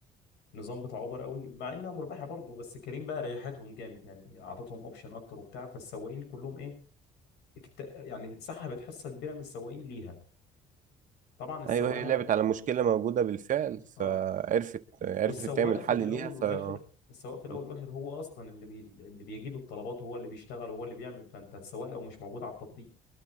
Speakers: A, on the left; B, on the right.
A: النظام بتاع اوبر قوي مع انها مربحه برضه بس كريم بقى ريحتهم جامد يعني اعطتهم اوبشن اكتر وبتاع فالسواقين كلهم ايه اكت... يعني سحبت حصه كبيره من السواقين ليها طبعا السواق
B: ايوه هي
A: هو
B: لعبت على مشكلة موجودة بالفعل
A: اه
B: فعرفت عرفت
A: والسواق
B: تعمل
A: في
B: حل
A: الاول
B: ليها ف
A: والاخر السواق في الاول
B: مم.
A: والاخر هو اصلا اللي بي... اللي بيجي له الطلبات وهو اللي بيشتغل وهو اللي بيعمل فانت السواق لو مش موجود على التطبيق